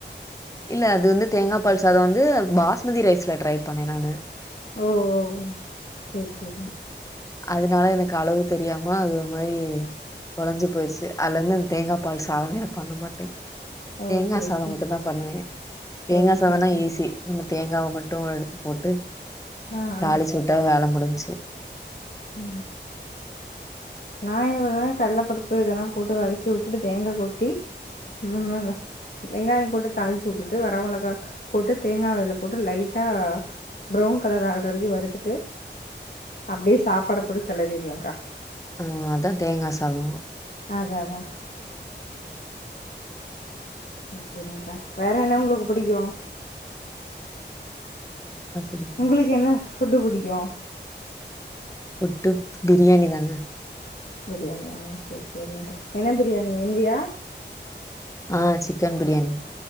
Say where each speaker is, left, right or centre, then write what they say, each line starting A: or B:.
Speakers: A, on the left (about 15°); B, on the left (about 55°).
A: இல்ல அது வந்து தேங்கா பால் சாதம் வந்து பாஸ்மதி ரைஸ்ல ட்ரை பண்ணே நானு
B: ஓ ஓ செரி செரி
A: அதனால எனக்கு அளவு தெரியாம அது ஒரு மாரி குலஞ்சி போயிருசு அதுல இன்னு இந்த தேங்காய் பால் சாதொமே நா பண்ண மாட்டே
B: ஓ
A: தேங்கா
B: சேரி
A: சாதம்
B: சேரி
A: மட்டு தா பண்ணுவே தேங்கா
B: ஓ
A: சாதம்னா
B: சேரி சேரி
A: ஈஸி நம்ம தேங்காவ மட்டு எடுத்து போட்டு
B: ஆ
A: தாளிச்சு
B: ஆ
A: உட்டா வேல முடிஞ்ச்சு <inaudible>
B: ஆ நா என்ன பண்ணுவே கல்லப்பருப்பு இதெல்லா போட்டு வதக்கி உட்டுட்டு தேங்கா கொட்டி உன்ன மாரே வெங்காயோ போட்டு தாளிச்சு உட்டுட்டு வர மொளகா போட்டு தேங்கா அதுல போட்டு லைட்டா ப்ரௌன் கலர் ஆகுற வரக்கு வறுத்துட்டு அப்டியே சாப்பாட போட்டு கெளறிடுவே கா
A: ம் அதா தேங்கா சாதோ
B: அதா அதா செரி செரிங்கா வேற என்ன உங்களுக்கு புடிக்கு
A: வேற என்ன பிடிக்கும்?
B: உங்களுக்கு என்ன ஃபுட்டு புடிக்கு
A: ஃபுட்டு பிரியாணி தாங்க
B: பிரியாணி ஆ செரி செரிங்கா என்ன பிரியாணி என் வி யா
A: ஆ சிக்கன் பிரியாணி